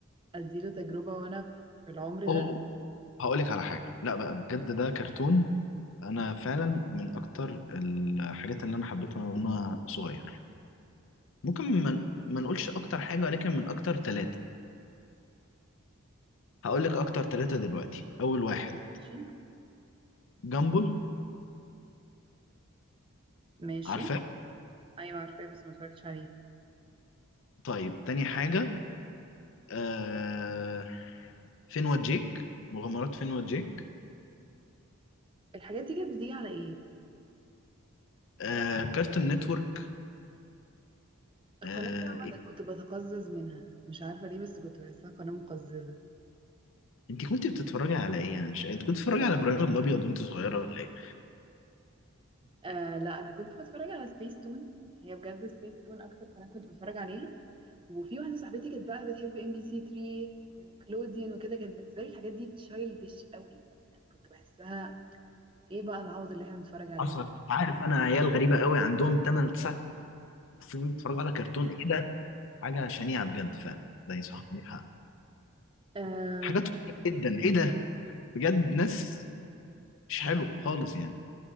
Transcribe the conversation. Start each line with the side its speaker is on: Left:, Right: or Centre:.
Right: اديله تجربة وانا في العمر ده
Left: أوه هقولك على حاجة لا بقى بجد ده كرتون أنا فعلا من أكتر الحاجات اللي أنا حبيتها وأنا صغير ممكن ما ما نقولش أكتر حاجة ولكن من أكتر ثلاثة هقولك أكتر ثلاثة دلوقتي أول واحد
Right: ماشي
Left: جامبل
Right: ماشي
Left: عارفاه
Right: ايوه عارفاه بس ما اتفرجتش عليه
Left: طيب تاني حاجة آه... فين جيك مغامرات فين جيك
Right: الحاجات دي كانت بتيجي على ايه
Left: آه... كارتون نتورك
Right: القناة
Left: آه...
Right: دي عامة
Left: إيه؟
Right: كنت بتقزز منها مش عارفة ليه بس كنت بحسها قناة مقززة
Left: انت كنت بتتفرجي على ايه انا مش انت كنت بتتفرجي على ابراهيم الابيض وانت صغيرة ولا ايه
Right: آه لا أنا كنت بتفرج على سبيس تون هي بجد سبيس تون أكتر قناة كنت بتفرج عليها وفي واحدة صاحبتي كانت بقى بتحب ام بي سي 3 ونيكلوديان وكده كان بالنسبة لي الحاجات دي تشايلدش قوي يعني كنت بحسها ايه بقى العوض اللي احنا بنتفرج عليه
Left: حصل
Right: ده
Left: انت عارف انا عيال غريبة قوي عندهم 8 9 سنين بيتفرجوا على كرتون ايه ده حاجة شنيعة بجد فعلا ده صح عندك حق
Right: آم،
Left: حاجات جدا ايه ده بجد ناس مش حلوة خالص يعني